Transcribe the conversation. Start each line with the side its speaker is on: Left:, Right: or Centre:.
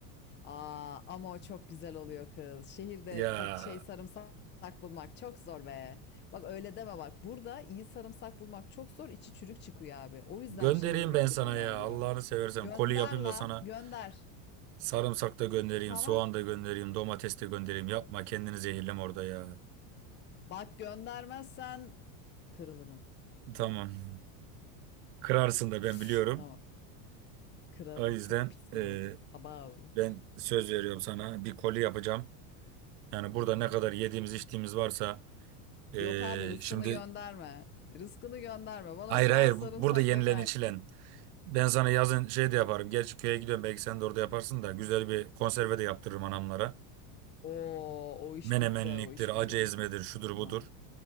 Left: Aa, ama o çok güzel oluyor kız. Şehirde
Right: Ya
Left: pak şey sarımsak bulmak çok zor be. Bak öyle deme bak. Burada iyi sarımsak bulmak çok zor. içi çürük çıkıyor abi. O yüzden
Right: göndereyim
Left: şehirli
Right: ben
Left: gidip
Right: sana
Left: onu
Right: ya
Left: alıyor.
Right: Allah'ını seversen
Left: Gönder
Right: koli yapayım
Left: la,
Right: da sana
Left: gönder.
Right: sarımsak da göndereyim,
Left: Tamam.
Right: soğan da göndereyim, domates de göndereyim. Yapma kendini zehirleme orada ya.
Left: Bak göndermezsen kırılırım.
Right: Tamam. Kırarsın
Left: <laughs>
Right: da ben biliyorum.
Left: <sniffs> Tamam. Kırarım.
Right: O yüzden
Left: Çok pis kırarım.
Right: e,
Left: Abav.
Right: Ben söz veriyorum sana bir koli yapacağım. Yani burada
Left: He.
Right: ne kadar yediğimiz içtiğimiz varsa eee,
Left: Yok abi rızkını
Right: şimdi
Left: gönderme. Rızkını gönderme. Bana
Right: hayır
Left: soğan
Right: hayır
Left: sarımsak
Right: bu- burada yenilen
Left: yeter.
Right: içilen. Ben sana yazın şey de yaparım. Gerçi köye gidiyorum belki sen de orada yaparsın da güzel bir konserve de yaptırırım anamlara.
Left: <laughs> Oo, o iş
Right: Menemenliktir,
Left: bizde, o iş
Right: acı
Left: bizde.
Right: ezmedir, şudur
Left: Ha.
Right: budur.